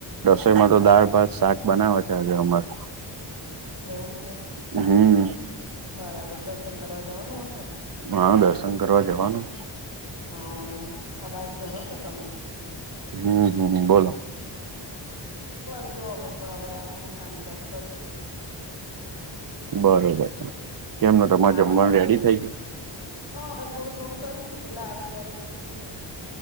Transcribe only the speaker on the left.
એવું છે?
બરાબર દર્શન કરવા જવાનું હશેને?
હ અવાજ ભરો છો તમે?
બસ જો અમે પણ હવે આ થોડું કામકાજ કરીશું.
આવો
તો
તમે
હ હવે થોડું થોડું કરીશું પેલા આવે ત્યારે પછી